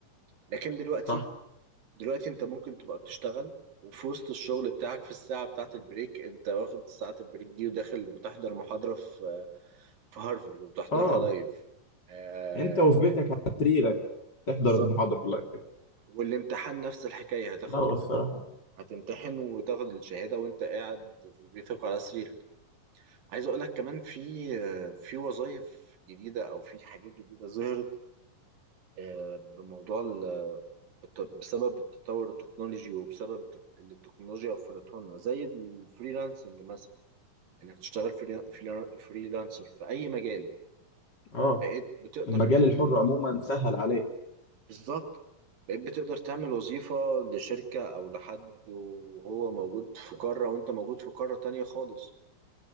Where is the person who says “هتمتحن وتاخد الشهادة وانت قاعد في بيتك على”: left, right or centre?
Right